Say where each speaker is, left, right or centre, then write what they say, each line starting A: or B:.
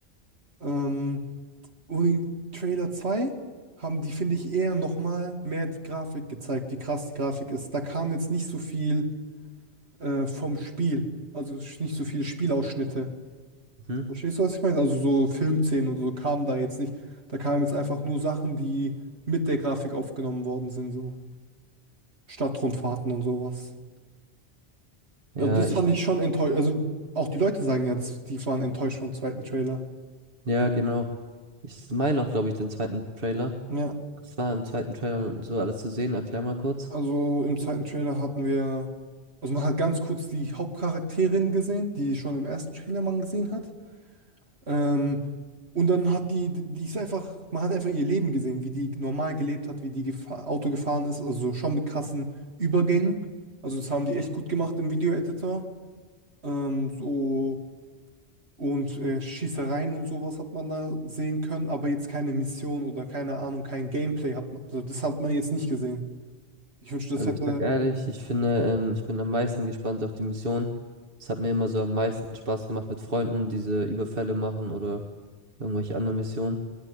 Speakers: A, on the right; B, on the right.
A: Ähm, und in Trailer 2 haben die, finde ich, eher nochmal mehr die Grafik gezeigt, wie krass die Grafik ist. Da kam jetzt nicht so viel äh, vom Spiel, also sch- nicht so viele Spielausschnitte.
B: hm?
A: Verstehst du, was ich meine? Also so Filmszenen und so kamen da jetzt nicht. Da kamen jetzt einfach nur Sachen, die mit der Grafik aufgenommen worden sind, so Stadtrundfahrten und sowas.
B: Ja,
A: Also das
B: ich,
A: Ja. fand ich schon enttäuscht. Also auch die Leute sagen jetzt, die waren enttäuscht vom zweiten Trailer.
B: ja, genau. Ich meine auch, glaube ich, den zweiten Trailer.
A: Ja,
B: Was war im zweiten Trailer so alles zu sehen? Erklär mal kurz.
A: also im zweiten Trailer hatten wir, also man hat ganz kurz die Hauptcharakterin gesehen, die schon im ersten Trailer man gesehen hat. Ähm, und dann hat die, die ist einfach, man hat einfach ihr Leben gesehen, wie die normal gelebt hat, wie die gefa Auto gefahren ist, also schon mit krassen Übergängen. Also das haben die echt gut gemacht im Video-Editor. Ähm, so. Und äh, Schießereien und sowas hat man da sehen können, aber jetzt keine Mission oder keine Ahnung, kein Gameplay hat man. Also das hat man jetzt nicht gesehen. Ich wünschte, das
B: Also
A: hätte.
B: ich sag ehrlich, ich finde, ähm, ich bin am meisten gespannt auf die Mission. Es hat mir immer so am meisten Spaß gemacht mit Freunden, diese Überfälle machen oder irgendwelche anderen Missionen.